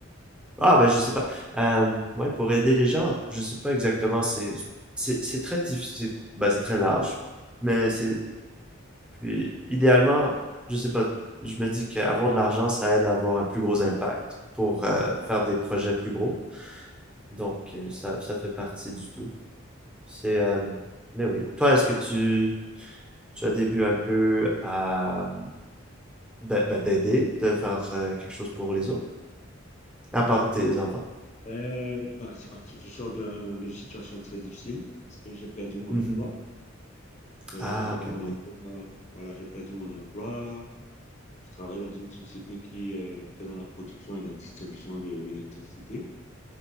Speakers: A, in the centre; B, on the left.
A: Ah, ben, je sais pas. Euh, ouais, pour aider les gens, je sais pas exactement. C'est, c'est, c'est très difficile. Ben, c'est très large. Mais c'est, puis, idéalement, je sais pas. Je me dis qu'avoir de l'argent, ça aide à avoir un plus gros impact pour euh, faire des projets plus gros. Donc, euh,
B: Ouais.
A: ça, ça fait partie du tout. C'est, euh, mais oui. Toi, est-ce que tu, tu as des buts un peu à, ben, ben, d'aider, de faire euh, quelque chose pour les autres, à part tes enfants?
B: Euh, ben, je je sors d'un- d'une situation très difficile parce que j'ai perdu mon
A: Mhm.
B: emploi. Euh,
A: Ah,
B: j'avais
A: ok,
B: un
A: oui.
B: emploi, voilà, j'ai perdu mon emploi. Je travaille dans une société qui euh, fait dans la production et la distribution de l'électricité.